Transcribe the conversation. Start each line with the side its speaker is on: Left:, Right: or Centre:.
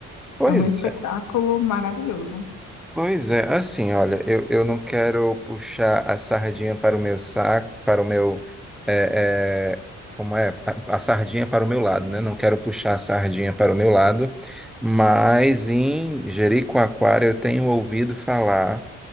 Centre: Pois
Left: É um espetáculo
Centre: é.
Left: maravilhoso.
Centre: Pois é, assim, olha, eu, eu não quero puxar a sardinha para o meu saco, para o meu, é, é, como é? A, a sardinha para o meu lado, né? Não quero puxar a sardinha para o meu lado, mas em Jericoacoara eu tenho ouvido falar